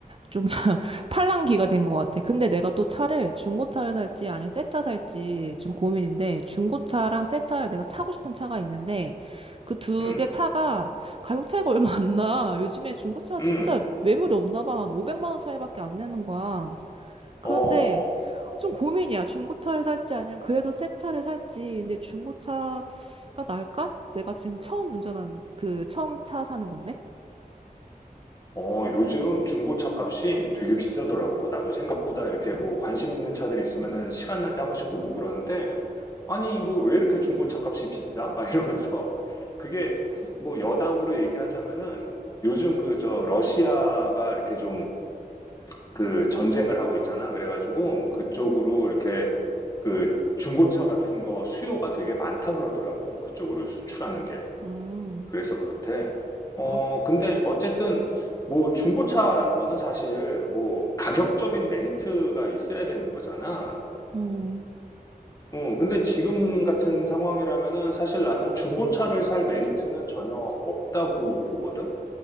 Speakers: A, on the right; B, on the left.
A: 좀 <laughs> 팔랑귀가 된 것 같아. 근데 내가 또 차를 중고차를 살지 아니면 새차 살지 지금 고민인데 중고차랑 새 차를 내가 타고 싶은 차가 있는데 그 두
B: 음,
A: 개 차가 가격 차이가 얼마 안 나. 요즘에 중고차가
B: 음.
A: 진짜 매물이 없나 봐. 한 500만 원 차이밖에 안 내는 거야.
B: 어.
A: 그런데 좀 고민이야. 중고차를 살지 아니면 그래도 새 차를 살지. 근데 중고차가 나을까? 내가 지금 처음 운전한 그 처음 차 사는 건데.
B: 어, 요즘 중고차 값이 되게 비싸더라고. 나도 생각보다 이렇게 뭐 관심 있는 차들이 있으면은 시간 날 때 한 번씩 보고 그러는데, 아니, 뭐 왜 이렇게 중고차 값이 비싸? 막 이러면서, <laughs> 그게 뭐 여담으로 얘기하자면은 요즘 그 저 러시아가 이렇게 좀 그 전쟁을 하고 있잖아. 그래가지고 그쪽으로 이렇게 그 중고차 같은 거 수요가 되게 많다 그러더라고. 그쪽으로 수출하는 게.
A: 음.
B: 그래서 그렇대. 어,
A: 아,
B: 근데 어쨌든 뭐 중고차라는 거는 사실 뭐 가격적인 메리트가 있어야 되는 거잖아.
A: 음.
B: 어, 근데 지금 같은 상황이라면은 사실 나는 중고차를 살 메리트는 전혀 없다고 보거든.